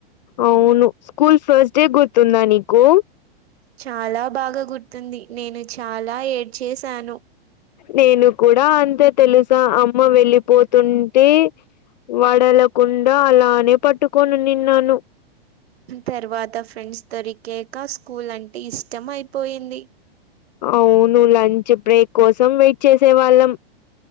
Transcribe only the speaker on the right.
చాలా బాగా గుర్తుంది నేను చాలా ఏడ్చేసాను
తర్వాత ఫ్రెండ్స్ దొరికెక స్కూల్ అంటే ఇష్టం అయిపోయింది.